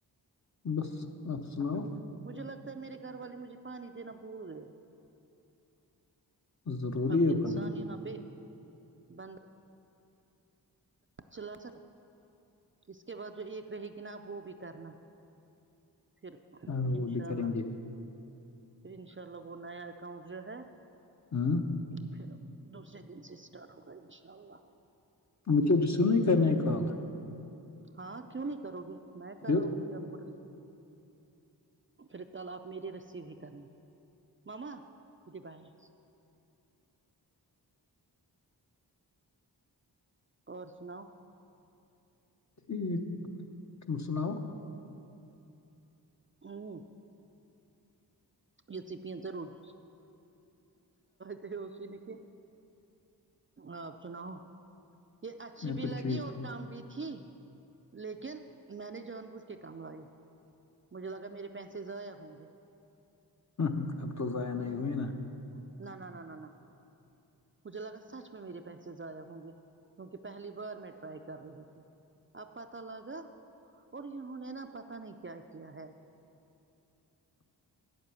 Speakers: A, on the left; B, on the right.
A: بس آپ سناؤ
B: مجھے لگتا ہے میرے گھر والے مجھے پانی دینا بھول گئے
A: ضروری
B: اب
A: ہے
B: انسان
A: پانی
B: یہاں پہ بند چلا س اس کے بعد جو ایک رہے گی ن آب وہ بھی کرنا پھر
A: ہاں، وہ
B: انشاء
A: بھی کریں
B: اللہ
A: گے
B: پھر ان شاء اللہ وہ نیا اکاؤنٹ جو ہے
A: ہاں
B: پھر دوسرے دن سے اسٹارٹ ہوگا انشاء اللہ
A: مجھے جیسو نہیں کرنی یہ کال
B: ہاں کیوں نہیں کرو گی میں کر
A: پھر
B: رہوں گی آپ کو رس
A: <inaudible>
B: پھر تالا آپ میری رسیی بی کرنا ماما یہ بائے اور سناؤ
A: ٹھیک تم سناؤ
B: ھم یہ چ پیا روز تھ روز بھی نک آپ سناؤ یہ اچھی
A: میں
B: بھی
A: تو
B: لگی
A: ٹھیک
B: اور
A: ہوں
B: کم بھی تھی لیکن میں نے جان بوجھ کے کم لائی مجھے لگا میرے پیسے ضائع ہوں گے
A: ہوں، اب تو ضائع نہیں
B: ھم
A: ہوئی نا
B: نہ نہ نہ مجھے لگا سچ میں میرے پیسے ضائع ہوں گے کیونکہ پہلی بار میں ٹرائی کر رہی تھی اب پتا لگا اور انہوں نے نا پتا نہیں کیا کیا ہے
A: <inaudible>